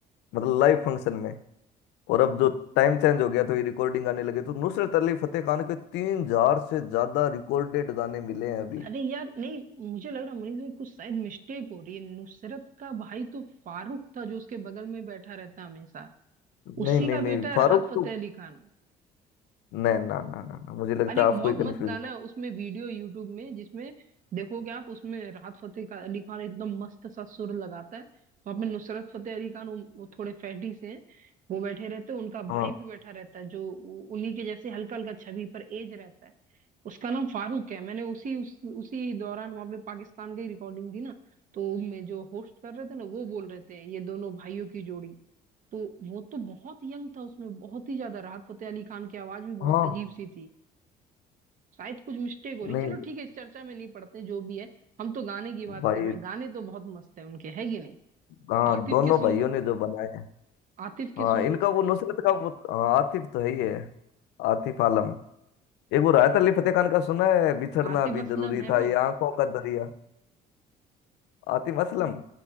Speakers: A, on the left; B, on the right.
A: मतलब लाइव फंक्शन में और अब जो टाइम चेंज हो गया तो ये रिकॉर्डिंग आने लगे तो नुसरत अली फतेह खान के तीन हजार से ज्यादा रिकॉर्डेड गाने मिले हैं अभी
B: अरे यार नहीं मुझे लग रहा मुनीष भाई कुछ शायद मिस्टेक हो रही है नुसरत का भाई तो फारूक था जो उसके बगल में बैठा रहता हमेशा
A: नहीं
B: उसी
A: नहीं
B: का
A: नहीं
B: बेटा है
A: फारूक
B: राहत फतेह
A: तो
B: अली खान
A: नहीं ना ना ना ना मुझे लगता
B: अरे एक
A: है आपको
B: बहुत
A: ही
B: मस्त
A: कंफ्यूज
B: गाना
A: है
B: है उसमें वीडियो यूट्यूब में जिसमें देखोगे आप उसमें राहत फतेह का- अली खान एकदम मस्त सा सुर लगाता है वहां पे नुसरत फतेह अली खान वो, वो थोड़े फैटी से हैं वो बैठे रहते हैं उनका भाई
A: हाँ
B: भी बैठा रहता है जो वो उन्हीं के जैसे हल्का हल्का छवि पर एज रहता है उसका नाम फारूक है मैंने उसी उस, उसी दौरान वहां पे पाकिस्तान की रिकॉर्डिंग दी ना तो मैं जो होस्ट कर रहे थे ना वो बोल रहे थे ये दोनों भाइयों की जोड़ी तो वो तो बहुत यंग था उसमें बहुत ही ज्यादा राहत फतेह अली खान की आवाज भी बहुत
A: हाँ
B: अजीब सी थी शायद कुछ मिस्टेक हो रही
A: नहीं
B: चलो ठीक है इस चर्चा में नहीं पड़ते जो भी है हम तो गाने की बात
A: भाई
B: कर रहे हैं गाने तो बहुत मस्त है उनके है कि नहीं
A: हाँ
B: आतिफ
A: दोनों
B: के सुन
A: भाइयों
B: लो
A: ने जो बनाए हैं
B: आतिफ के
A: हाँ
B: सुन
A: इनका
B: लो
A: वो नुसरत का वो हाँ, आतिफ तो है ही है आतिफ आलम एक वो राहत अली फतेह खान का सुना है बिछड़ना
B: आतिफ
A: भी
B: असलम
A: जरूरी
B: है
A: था
B: वो
A: ये आंखों का दरिया आतिम असलम